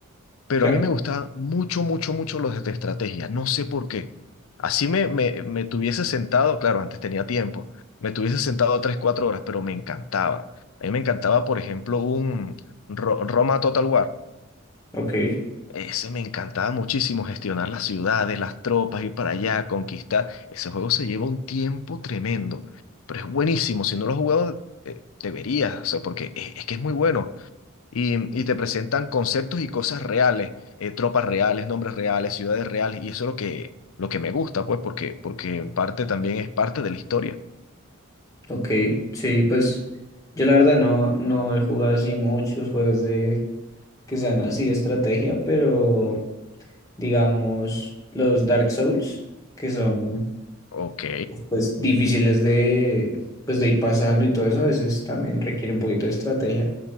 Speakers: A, on the left (about 75°); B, on the left (about 15°).
A: pero
B: Claro.
A: a mí me gustaban mucho, mucho, mucho los de estrategia, no sé por qué. Así me, me, me tuviese sentado, claro, antes tenía tiempo, me tuviese sentado tres, cuatro horas, pero me encantaba. A mí me encantaba, por ejemplo, un Ro- Roma Total War.
B: Ok,
A: Ese me encantaba muchísimo, gestionar las ciudades, las tropas, ir para allá, conquistar. Ese juego se lleva un tiempo tremendo, pero es buenísimo. Si no lo has jugado, eh, deberías, o sea, porque es es que es muy bueno. Y, y te presentan conceptos y cosas reales, eh, tropas reales, nombres reales, ciudades reales, y eso es lo que, lo que me gusta, pues, porque, porque en parte también es parte de la historia.
B: ok. Sí, pues yo la verdad no, no he jugado así muchos juegos de que sean así de estrategia, pero
A: Ujú.
B: digamos los Dark Souls, que son
A: Ok.
B: pues difíciles de, pues, de ir pasando y todo eso, a veces también requiere un poquito de estrategia